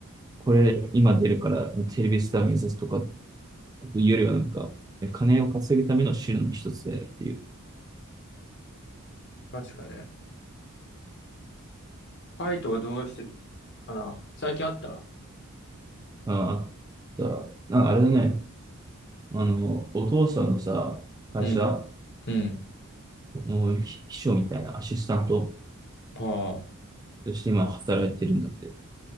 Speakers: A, on the right (about 15°); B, on the left (about 50°).
A: これ今出るからテレビスター目指すとかっていうよりはなんか、金を稼ぐための手段の一つでっていう。
B: 確かにね。ファイトはどうしてるかな最近あった
A: ああ、だなんかあれだね、あの、お父さんのさ、会社
B: うん、うん。
A: の秘秘書みたいなアシスタント
B: あ
A: として今働いてるんだって。